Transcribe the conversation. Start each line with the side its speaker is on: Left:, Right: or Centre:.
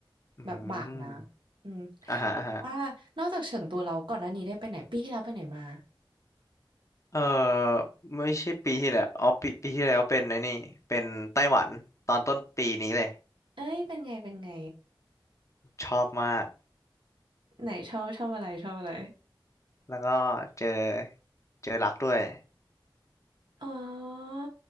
Left: อืม
Right: แบบบาทนะอืม
Left: อ่าฮะอ่าฮะ
Right: แต่ว่านอกจากเฉิงตูเราก่อนหน้านี้ได้ไปไหนปีที่แล้วไปไหนมา
Left: เออไม่ใช่ปีที่แล้วอ๋อปีปีที่แล้วเป็นไอ้นี่เป็นไต้หวันตอนต้นปีนี้เลย
Right: เอ้ยเป็นไงเป็นไง
Left: ชอบมาก
Right: ไหนชอบชอบอะไรชอบอะไร
Left: แล้วก็เจอเจอรักด้วย
Right: อ๋อ